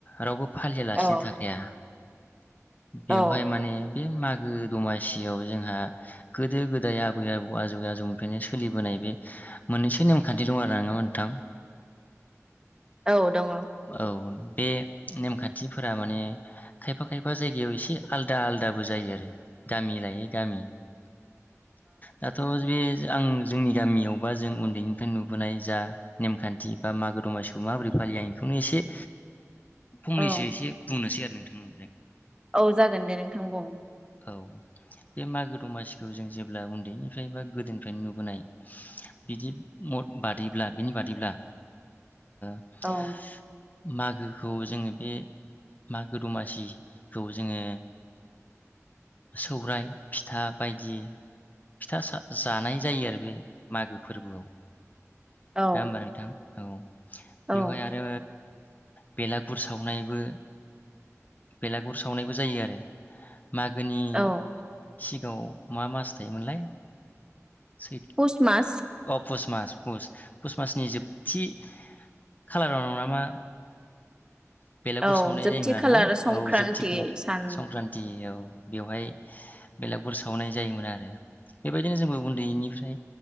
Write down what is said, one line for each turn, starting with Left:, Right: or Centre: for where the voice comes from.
Left: रावबो फालियालासिनो
Right: औ
Left: थाखाया बेवहाय
Right: औ
Left: माने बे मागो दमासियाव जोंहा गोदो गोदाय आबै आबौ आजौ आजौनिफ्रायनो सोलिबोनाय बे मोननैसो नेमखान्थि दं आरो नङा नोंथां।
Right: औ दङ
Left: औ बे नेमखान्थिफोरा माने खायफा खायफा जायगायाव एसे आलादा आलदाबो जायो आरो गामि लायै गामि दाथ' बे आं जोंनि गामियावबा जों उन्दैनिफ्राय नुबोनाय जा नेमखान्थि बा मागो दमासिखौ माबोरै फालियो आं बेखौनो एसे फंनैसो
Right: औ
Left: एसे बुंनोसै आरो जों
Right: औ जागोन दे नोंथां बुं
Left: औ बे मागो दमासिखौ जों जेब्ला उन्दैनिफ्राय बा गोदोनिफ्रायनो नुबोनाय बिदि मद बादैब्ला बिनि बादैब्ला <inaudible>
Right: औ
Left: मागोखौ जोंङो बे मागो दमासिखौ जोंङो सौराय फिथा बायदि फिथा जानाय जायो आरो बे मागो फोरबोआव
Right: औ
Left: शोना होमबा नोंथां <unintelligible> औ
Right: औ
Left: बेवहाय आरो बेलागुर सावनायबो बेलागुर सावनायबो जायो आरो। मागोनि।
Right: औ
Left: सिगाङाव मा मास थायोमोनलाय? सैथ
Right: पुस मास।
Left: अ पुस मास पुस पुस मासनि जोबथि खालाराव नामा? बेलागुर
Right: औ
Left: सावनाय
Right: जोबथि
Left: जायोमोन आरो
Right: खालार
Left: ना
Right: संक्रान्ति
Left: औ जोबथि खालाव
Right: सान
Left: संक्रान्ति औ। बेवहाय बेलागुर सावनाय जायोमोन आरो बेबायदिनो जोंबो उन्दैनिफ्राय